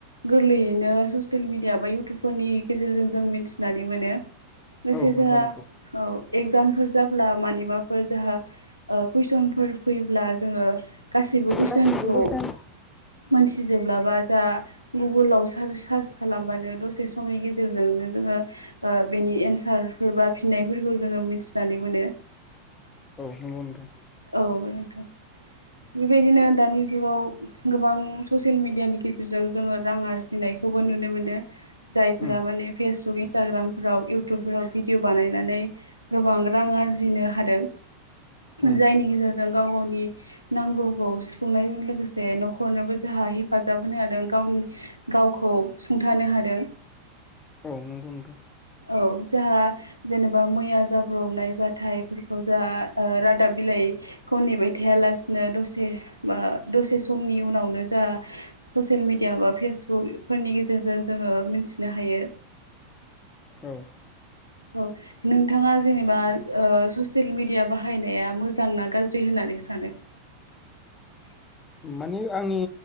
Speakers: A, on the left; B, on the left.
A: गोरलैयैनो ससियेल मिडिया मा इउटुबफोरनि गेजेरजों जों मिथिनानै मोनो। लोगोसे
B: औ
A: जोंहा
B: नोंथ नंगौ।
A: औ एगजामफोर जाब्ला मानिबाफोर जाहा कुइसनफोर फैयोब्ला जोङो गासैबो कुइसनखौ
B: गासिबो बेसाद
A: मोनथिजोब्लाबा जा गुगोलाव सार्च खालामबानो दसे समनि गेजेरजोंनो जों बेनि एन्सारफोर बा फिननायफोरखौ जोङो मिथिनानै मोनो।
B: औ नंगौ नोंथां।
A: औ नोंथां। बेबायदिनो दानि जुगाव गोबां ससियेल मिडियानि गेजेरजों जोङो रां आरजिनाय। बो नुनो मोन जायम्फ्रा
B: उम
A: माने फेसबुक इन्सटाग्रामफोराव इउटुबफोराव भिडिअ बानायनानै गोबां रां आरजिनो हादों।
B: उम
A: जायनि गेजेरजों गाव गावनि नांगौखौ सुफुंनायजों लोगोसे न'खरनोबो जाहा हेफाजाब होनो हादों गावनि गावखौ सुंथानो हादों।
B: औ नंगौथ।
A: औ जाहा जेनेबा मैया जाब्रबनाय जाथायफोरखौ जाह रादाब बिलाइ ख नेबाय थायालासेनो दसे बा दसे समनि उनावनो जाहा ससियेल मिेडिया बा फेसबुकफोरनि गेजेरजों जोङो मिथिनो हायो।
B: औ।
A: औ नोंथाङा जेनेबा ससियेल मिडिया बाहायनाया मोजां ना गाज्रि होननानै सानो? म।
B: माने आंनि